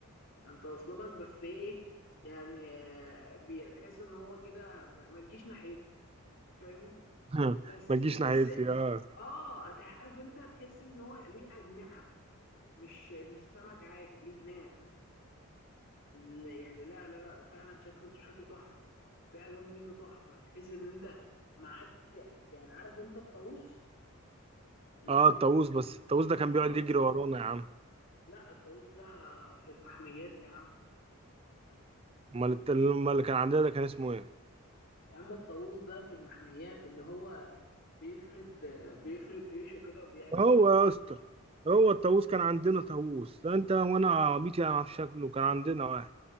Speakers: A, on the left (about 60°); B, on the right (about 25°).
A: انت واصله لك بس ايه يعني آه، بتحس ان هو كده م- ما تجيش ناحيتي فاهمني
B: <laughs>
A: بس
B: ما
A: تحس
B: تجيش ناحيتي اه
A: اه هت- عارف انت تحس ان هو ليه اجنحه مش مش سمك عادي ليه جناح لا- يعني لا لا لا فعلا شكله شكله تحفه في الوان منه تحفه تحس ان انت معاك يعني عارف انت الطاووس اللي
B: اه
A: هو بيف-
B: الطاووس بس الطاووس
A: شبهه
B: ده كان بيقعد يجري ورانا يا عم
A: لا الطاووس ده في المحميات يا عم
B: امال الت- امال اللي كان عندنا ده كان اسمه ايه
A: يا عم الطاووس ده في المحميات اللي هو بيفرد بيفرد ريشه كده وبيعمل
B: هو
A: شكل
B: يا اسطى هو الطاووس كان عندنا طاووس لا انت وانا عبيط يعني في شكله كان عندنا واحد